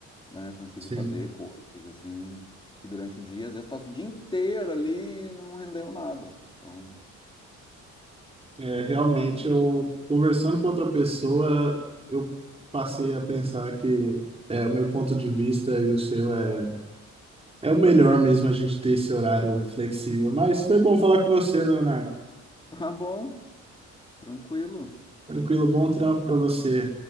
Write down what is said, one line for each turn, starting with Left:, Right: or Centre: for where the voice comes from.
Left: né? Consigo
Right: Sim.
Left: fazer coisas assim que durante o dia, às vezes passo o dia inteiro ali e não rendeu nada. Então,
Right: É, realmente, eu conversando com outra pessoa, eu passei a pensar que é, o meu ponto de vista e o seu é, é o melhor mesmo a gente ter esse horário flexível. Mas foi bom falar com você, Leonardo.
Left: <laughs> tá bom, tranquilo.
Right: Tranquilo, bom trampo para você.